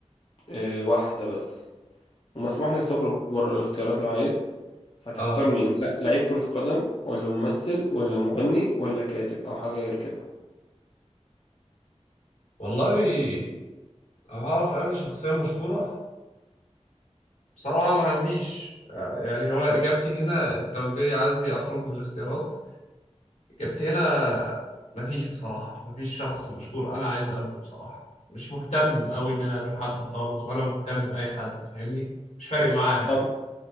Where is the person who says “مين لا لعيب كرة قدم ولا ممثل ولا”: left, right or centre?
Left